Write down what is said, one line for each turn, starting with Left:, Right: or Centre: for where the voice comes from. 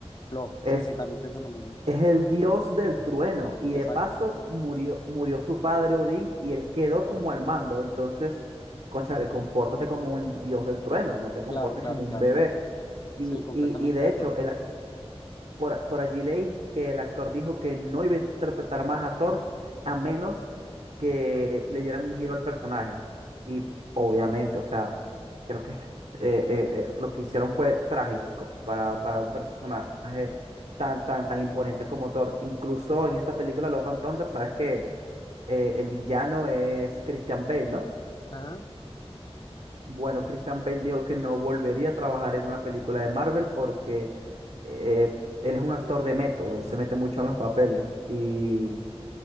Left: flojo.
Right: es,
Left: Sí, sí, también pienso lo mismo.
Right: es el dios del trueno y
Left: Exacto.
Right: de paso murió, murió su padre Odín y él quedó como al mando. Entonces, cónchale, compórtate como un dios del trueno, no te comportes
Left: Claro, claro,
Right: como
Left: claro.
Right: un bebé. Y,
Left: Sí, completamente
Right: y, y de
Left: de
Right: hecho,
Left: acuerdo.
Right: el, ac- por, por allí leí que el actor dijo que no iba a interpretar más a Thor a menos que le dieran un giro al personaje. Y obviamente, o sea, creo que eh, eh, eh, lo que hicieron fue trágico para, para un personaje tan, tan, tan imponente como Thor. Incluso en esta película Love and Thunder, sabes que eh, el villano es Christian Bale, ¿no?
Left: Ajá.
Right: Bueno, Christian Bale dijo que no volvería a trabajar en una película de Marvel porque eh, él es un actor de método, él se mete mucho en los papeles y,